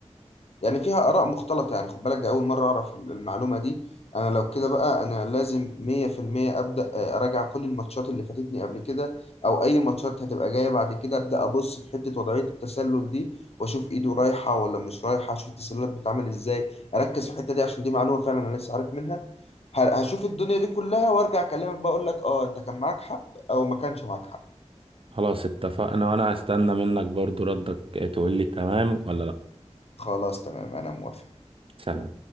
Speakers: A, on the left; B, on the right.
A: يعني فيها آراء مختلطة يعني خد بالك ده أول مرة أعرف المعلومة دي أنا لو كده بقى أنا لازم 100% أبدأ آه، أراجع كل الماتشات اللي فاتتني قبل كده أو أي ماتشات هتبقى جاية بعد كده أبدأ أبص في حتة وضعية التسلل دي وأشوف إيده رايحة ولا مش رايحة أشوف التسللات بتتعمل إزاي أركز في الحتة دي عشان دي معلومة فعلا أنا لسه عارف منها ه- هشوف الدنيا دي كلها وأرجع أكلمك بقى أقول لك أه أنت كان معاك حق أو ما كانش معاك حق
B: خلاص اتفقنا وانا هستنى منك برضو ردك تقول لي تمام ولا لا
A: خلاص تمام أنا موافق
B: سلام